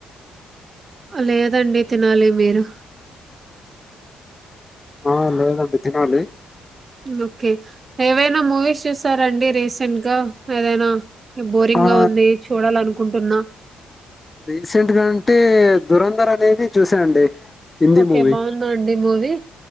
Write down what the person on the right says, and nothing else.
లేదండి తినాలి మీరు
ఓకే ఏవైనా మూవీస్ చూస్తారండి రీసెంట్ గా ఏదైనా. బోరింగ్
గా ఉంది చూడాల అనుకుంటున్నా
ఓకే
బాగుందా అండి మూవీ